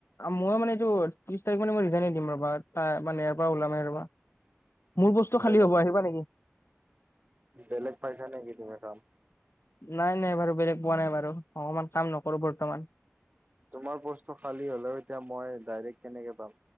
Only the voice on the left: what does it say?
মই মানে এইটো ত্ৰিশ তাৰিখ মানে মই ৰিজাইৰ্ণ দিম ৰবা তাৰপৰা ওলামেই ৰবা মোৰ বস্তু
খালী
হ'ব আহিবা নেকি
নাই নাই বাৰু বেলেগ পোৱা নাই বাৰু অকমান কাম নকৰো বৰ্তমান